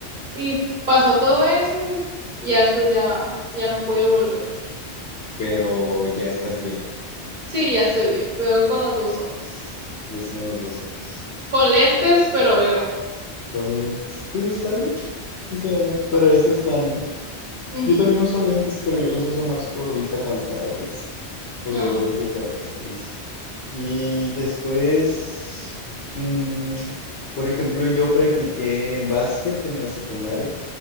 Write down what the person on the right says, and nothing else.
y pasó todo eso y ya después ya ya no pude volver.
Sí, ya estoy bien. Veo con los dos ojos.
Con lentes, pero veo.
Ujú.
Ah,
ok.